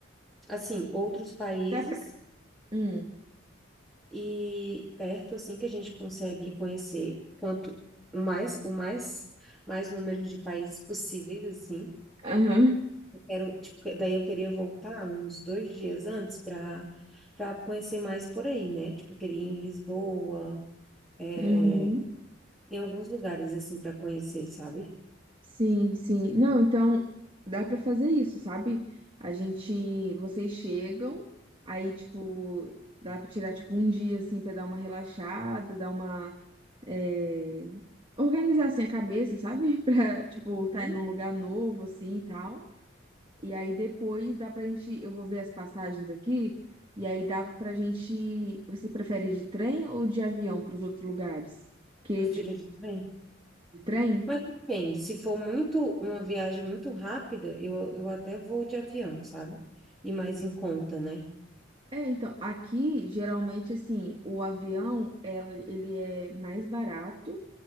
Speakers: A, in the centre; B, on the right.
A: Assim, outros países
B: Dá pra... Hum.
A: e perto, assim, que a gente consegue conhecer quanto mais o mais mais números de países possíveis, assim.
B: Aham.
A: Quero, tipo, que- daí eu queria voltar uns dois dias antes para para conhecer mais por aí, né? Tipo, eu queria ir em Lisboa, é,
B: Uhum.
A: em alguns lugares assim para conhecer, sabe?
B: Sim, sim. Não, então dá pra fazer isso, sabe? A gente, vocês chegam, aí tipo, dá pra tirar tipo um dia assim pra dar uma relaxada, dar uma é, organizar assim a cabeça, sabe? <laughs> Pra tipo
A: Uhum.
B: tá em um lugar novo assim e tal. E aí depois dá pra gente, eu vou ver as passagens aqui, e aí dava pra gente, você prefere de trem ou de avião pros outros lugares? Porque
A: Prefiro
B: tipo,
A: de trem.
B: de trem
A: Mas depende, se for muito uma viagem muito rápida, eu, eu até vou de avião, sabe? E mais em conta, né?
B: É, então, aqui, geralmente, assim, o avião, ela- ele é mais barato